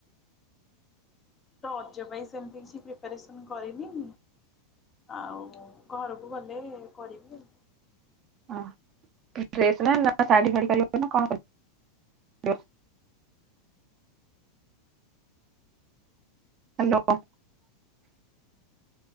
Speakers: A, on the left (about 20°); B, on the right (about 30°).
A: ତ ରଜ ପାଇଁ ସେମିତି କିଛି ପ୍ରିପାରେସନ କରିନି। ଆଉ ଘରକୁ ଗଲେ କରିବି।
B: ହଁ ଡ୍ରେସ ନା ନା ଶାଢୀ <unintelligible> <unintelligible> କରିବ ହ୍ୟାଲୋ